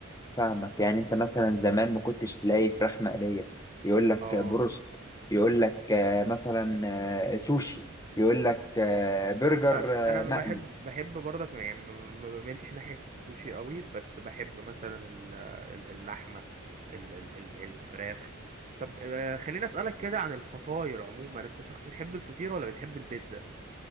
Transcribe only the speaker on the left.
فاهمك يعني انت مثلا زمان ما كنتش تلاقي فراخ مقلية يقول لك
بروست يقول لك آه، مثلا آه، سوشي يقول لك آه، برجر
آه،
مقلي